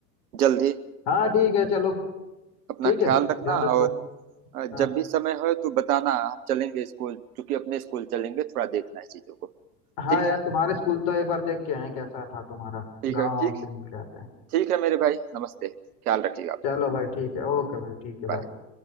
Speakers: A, on the right (about 60°); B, on the left (about 50°).
A: जल्दी
B: हाँ ठीक है चलो
A: अपना
B: ठीक है
A: ख्याल रखना
B: ध्यान रखो
A: और अ,
B: हाँ
A: जब भी समय हो तो बताना हम चलेंगे स्कूल क्योंकि अपने स्कूल चलेंगे थोड़ा देखना है चीजों को
B: हाँ
A: ठीक
B: यार
A: है
B: तुम्हारे स्कूल तो एक बार देख के आए हैं, कैसा था तुम्हारा
A: ठीक
B: गाँव
A: है
B: वाँव
A: ठीक
B: से मिल के आते हैं
A: ठीक है मेरे भाई नमस्ते ख्याल रखिएगा अपना
B: चलो भाई ठीक है ओके भाई ठीक है
A: बाय
B: बाय